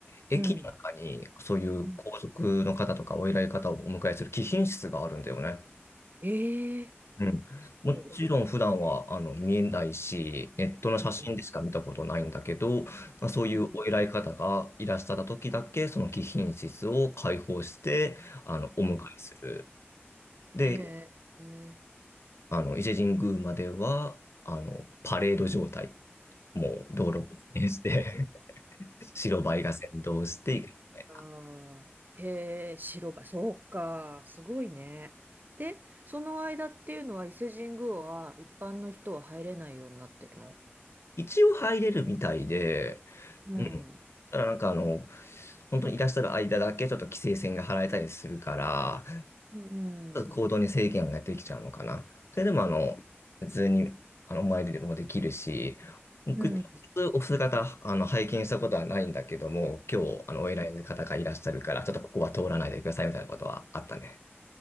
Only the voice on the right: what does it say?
うん。うんええ
すごい。
うん。
うん
うん
へえ、へえ。
あーへえ、白馬、そうか、すごいね。で、その間っていうのは伊勢神宮は一般の人は入れないようになってるの
うん。
うん。
うん。